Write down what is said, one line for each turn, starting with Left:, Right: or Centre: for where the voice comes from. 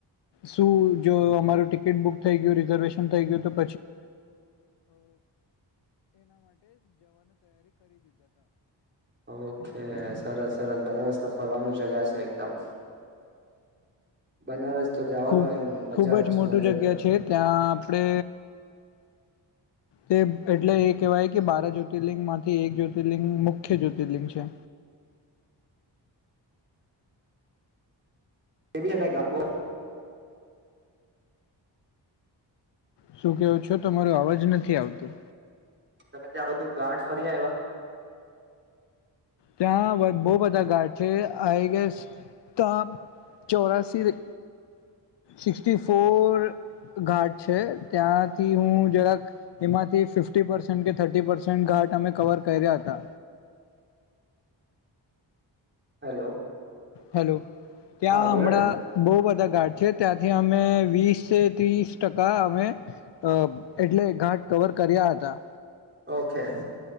Left: શું જો અમારું ટિકિટ બુક થઈ ગયું રિઝર્વેશન થઈ ગયું
Right: ઓકે સરસ સરસ બનેરસ્ તો ફરવાનું જગ્યા છે એકદમ. બનારસ તો જવાનું
Left: ખુબ
Right: એમ મજા
Left: ખુબ જ
Right: છે
Left: મોટી
Right: મજા
Left: જગ્યા
Right: આવે
Left: છે. ત્યાં આપડે તે એટલે એ કહેવાય કે બારા જ્યોતિર્લિંગમાંથી એક જ્યોતિર્લિંગ મુખ્ય જ્યોતિર્લિંગ છે.
Right: એ બી છેને ગાઢ બો
Left: શું કેવો છો તો માર અવાજ નથી આવતું?
Right: તમે ત્યાં બધું ગાઠ ફરી્ આયવા?
Left: ત્યાં બવ બધા ઘાટ છે. આઈ ગેસ તા ચોરાસી સિકટી ફોર ઘાટ છે ત્યાંથી હું જરાક એમાંથી ફીફ ટી પરસન્ટ કે થર્ટી પરસેન્ટ ઘાટ અમે કવર કર્યા તા.
Right: હેલો.
Left: હેલો. ત્યાં
Right: હા બોલો
Left: હમણાં
Right: ને
Left: બવ બધા ઘાટ છે ત્યાંથી અમે વીસ ત્રીસ ટકા અમે અ એટલે ઘાટ કવર કર્યા હતા.
Right: ઓકે.